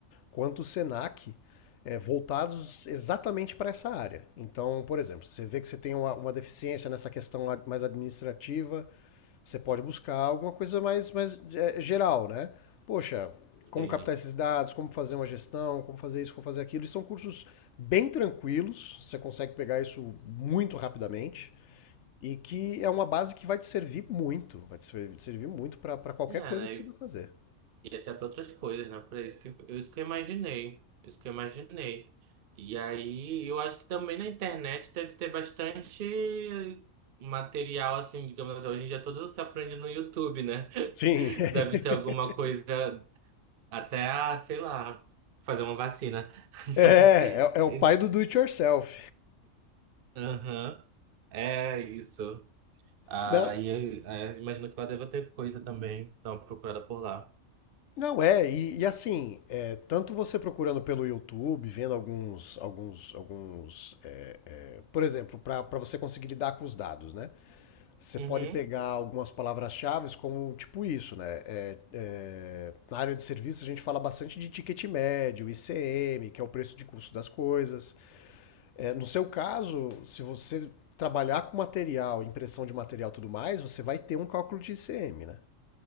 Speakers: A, on the left (about 65°); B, on the right (about 60°).
A: quanto o Senac, é, voltados exatamente para essa área. Então, por exemplo, você vê que você tem uma, uma deficiência nessa questão ad- mais administrativa, você pode buscar alguma coisa mais, mais é, geral, né? Poxa, como
B: Sim.
A: captar esses dados, como fazer uma gestão, como fazer isso, como fazer aquilo. E são cursos bem tranquilos, você consegue pegar isso muito rapidamente. E que é uma base que vai te servir muito, vai te servir, te servir muito para qualquer
B: É,
A: coisa
B: né?
A: que você vai fazer.
B: E até para outras coisas, né? Para isso que eu, isso que eu imaginei. Isso que eu imaginei. E aí, eu acho que também na internet deve ter bastante material, assim, digamos assim, hoje em dia tudo se aprende no YouTube, né?
A: Sim,
B: <laughs>
A: <laughs>
B: Deve ter alguma coisa, até, ah, sei lá, fazer uma vacina.
A: é,
B: <laughs>
A: é, é o pai do do it yourself.
B: Aham, É isso. Aí,
A: Não,
B: aí imagino que lá deve ter coisa também. Então, procurada por lá.
A: não é, e, e assim, é, tanto você procurando pelo YouTube, vendo alguns, alguns, alguns Por exemplo, para você conseguir lidar com os dados, né? Você
B: Uhum.
A: pode pegar algumas palavras-chave como tipo isso, né? É, é, na área de serviço a gente fala bastante de ticket médio, ICM, que é o preço de custo das coisas. É, no seu caso, se você trabalhar com material, impressão de material e tudo mais, você vai ter um cálculo de ICM, né?